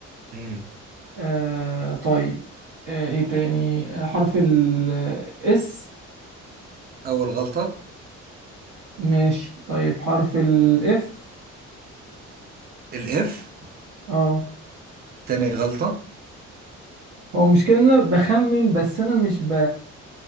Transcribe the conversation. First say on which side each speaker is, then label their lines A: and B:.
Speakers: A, on the right; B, on the right.
A: مم.
B: آه طيب آه ايه تاني آه حرف الاس
A: أول غلطة
B: ماشي طيب حرف الاف
A: الإف
B: اه
A: تاني غلطة
B: هو مش كده إن انا بخمن بس انا مش ب